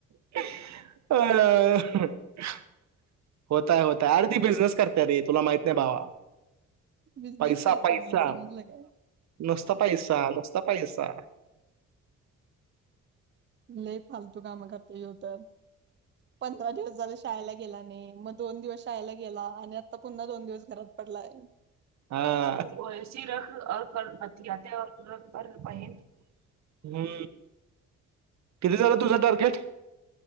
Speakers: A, on the right; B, on the right.
A: अ अ अ होताय होताय आर ती बिझनेस कर अरे तुला माहित नाही भावा
B: बिझनेस
A: पैसा
B: करते
A: पैसा
B: मी समजलं काय
A: नुसता पैसा नुसता पैसा
B: लई फालतू कामं करता यो तर पंधरा दिवस झाले शाळेला गेला नाही मग दोन दिवस शाळेला गेला आणि आता पुन्हा दोन दिवस घरात पडलाय
A: हा एस रखऔतया र पन ह किती झाला तुझा टारगेट